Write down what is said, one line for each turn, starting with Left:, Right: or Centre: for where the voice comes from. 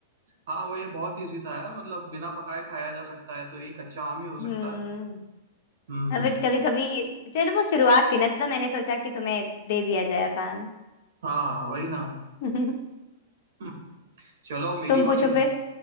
Right: हाँ भाई ये बहुत इजी था यार मतलब बिना पकाए खाया जा सकता है तो ये कच्चा आम ही हो सकता
Left: हम्म
Right: है हम्म
Left: <laughs> अब कभी कभी चलो वो शुरुआत थी ना तो मैंने सोचा कि तुम्हें दे दिया जाए आसान
Right: हाँ वही ना
Left: <laughs>
Right: <laughs> चलो मेरी
Left: तुम
Right: बारी
Left: पूछो फिर